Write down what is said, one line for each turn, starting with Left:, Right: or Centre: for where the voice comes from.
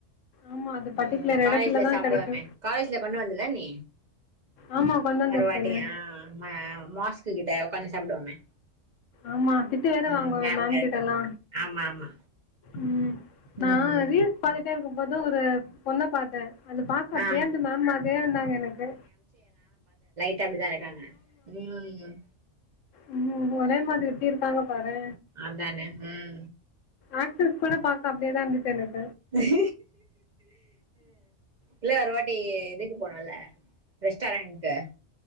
Left: ஆமா அது பர்ட்டிகுலர்
Right: உம் காலேஜ்ல
Left: எடத்துலதா
Right: சாப்டுவோமே
Left: கெடைக்கு
Right: காலேஜ்ல கொண்டு வந்துல நீ
Left: ஆமா கொண்டு வந்திருக்கேனே
Right: ஒருவாட்டி ஆ மா மாஸ்க்கு கிட்ட உக்காந்து சாப்டுவோமே
Left: ஆமா திட்டு வேற
Right: ம்
Left: வாங்குவேமே
Right: ஞாபகோ
Left: மேம்
Right: இருக்கு
Left: கிட்டல்லா
Right: ஆமா ஆமா
Left: உம் நா
Right: ம்
Left: ரீல்ஸ் பாதி ப்ரியா இருக்கும் போதும் ஒரு பொண்ண பாத்தே அது பாக்க அப்டியே
Right: ஆ
Left: அந்த மேம் மாதிரியே இருந்தாங்க எனக்கு
Right: ட்டா அப்டித்தா இருக்காங்க உம் ம்
Left: உம் ஒரே மாதிரி எப்டி இருக்காங்க பாரே
Right: அதானே உம்
Left: ஆக்டர்ஸ் கூட பாக்க அப்டியேதா இருந்துச்சு எனக்கு
Right: ம் இல்ல ஒரு வாட்டி இதுக்கு போனுல்ல ரெஸ்டாரண்ட்டு